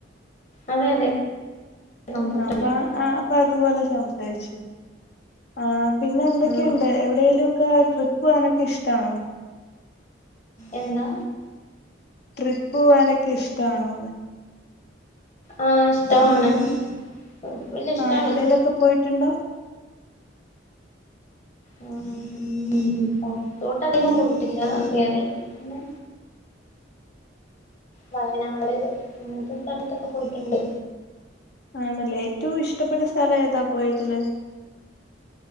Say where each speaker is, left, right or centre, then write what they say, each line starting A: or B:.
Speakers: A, on the left; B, on the left.
A: അതെ അതെ കംഫർട്ടല്ല
B: ആ അപ്പ ആ അപ്പ അതുപോലെ സംസാരിച്ചു ആ പിന്നെ എന്തൊക്കെയുണ്ട്
A: ആഹ്
B: എവിടേ ലും ട്രിപ്പ് പോകാനൊക്കെ ഇഷ്ടാണോ
A: എന്താ
B: ട്രിപ്പ് പോവാനൊക്കെ ഇഷ്ടമാണോന്ന്
A: ആ ഇഷ്ടമാണ് കുഴപ്പല്ല ഇഷ്ടാണ്
B: ആ എവിടേലൊക്കെ പോയിട്ടുണ്ടോ?
A: ഉം പുറത്തോട്ടധികം പോയിട്ടില്ല കേരളത്തിൽ തന്നെ വയനാട് അങ്ങനത്തെ സ്ഥലത്തൊക്കെ പോയിട്ടുണ്ട്
B: ആണല്ലേ ഏറ്റവും ഇഷ്ടപ്പെട്ട സ് സ്ഥലവേതാ പോയതില്